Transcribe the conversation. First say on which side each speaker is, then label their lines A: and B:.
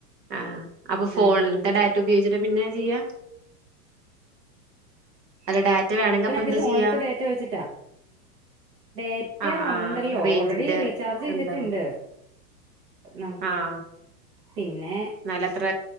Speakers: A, on the right; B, on the right.
A: ആഹ് അപ്പൊ ഫോണിൽത്തെ
B: ഏഹ്
A: ഡാറ്റ ഉപയോഗിച്ചി പിന്നെ പിന്നെ ചെയ്യാ അല്ല ഡാറ്റ വേണമെങ്കി
B: ഇപ്പൊ
A: അപ്പ
B: ഞങളിത്
A: എന്താ
B: ഇത് ഫോണിലത്തെ
A: ചെയ്യാ
B: ഡേറ്റ വെച്ചിട്ടാ ഡേറ്റ
A: ആഹ്
B: ഉണ്ടല്ലോ
A: ആഹ് റേഞ്ചിന്റെ
B: ഓൾറെഡി റീചാർജ് ചെയ്തിട്ടുണ്ട്
A: എന്താണ്
B: നം
A: ആഹ്
B: പിന്നെ
A: എന്നാല അത്ര